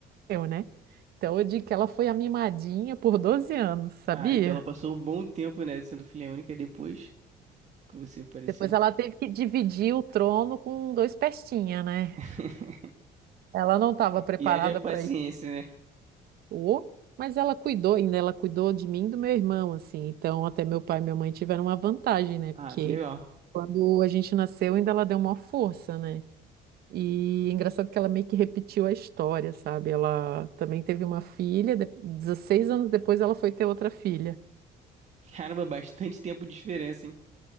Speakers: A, on the right; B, on the right.
A: eu, né? Então eu digo que ela foi a mimadinha por 12 anos, sabia?
B: Ah, então ela passou um bom tempo, né, sendo filha única depois que você apareceu.
A: Depois ela teve que dividir o trono com dois pestinha, né?
B: <laughs>
A: Ela não estava preparada
B: E haja paciência,
A: para
B: né?
A: Ô, mas ela cuidou, ainda ela cuidou de mim e do meu irmão, assim. Então, até meu pai e minha mãe tiveram uma vantagem, né? Porque
B: Ah, que legal.
A: quando a gente nasceu, ainda ela deu uma força, né? E engraçado que ela meio que repetiu a história, sabe? Ela também teve uma filha, de- 16 anos depois ela foi ter outra filha.
B: Caramba, bastante tempo de diferença, hein?